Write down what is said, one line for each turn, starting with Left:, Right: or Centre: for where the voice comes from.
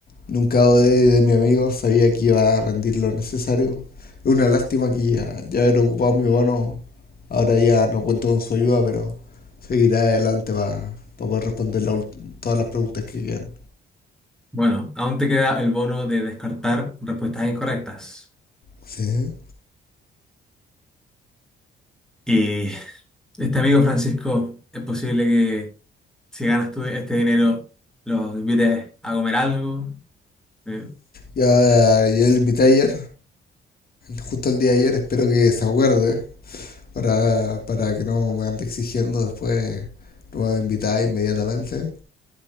Left: nunca dudé de mi amigo, sabía que iba a rendir lo necesario. Es una lástima que ya, ya haber ocupado mi bono, ahora ya no cuento con su ayuda, pero seguiré adelante para poder responder la ult- todas las preguntas que quedan.
Centre: Bueno, aún te queda el bono de descartar respuestas incorrectas.
Left: Sí.
Centre: Y este amigo Francisco, es posible que si ganas tú este dinero, los invites a comer algo. Eh,
Left: Ya, ya le invité ayer, justo el día de ayer, espero que se acuerde para, para que no me ande exigiendo después, no me va a invitar inmediatamente.